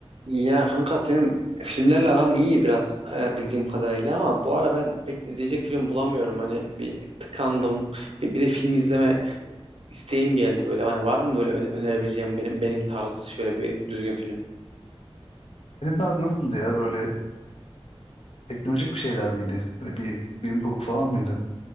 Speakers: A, on the right; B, on the left.
A: Ya kanka senin filmlerle aran iyi biraz e, bildiğim kadarıyla ama bu ara ben pek izleyecek film bulamıyorum. Hani bir tıkandım. Bir, bir de film izleme isteğim geldi böyle. Hani var mı böyle ö- önerebileceğim benim benim tarzı şöyle bir düzgün film?
B: Senin tarz nasıldı ya? Böyle teknolojik bir şeyler miydi? Böyle bir, bilim kurgu falan mıydı?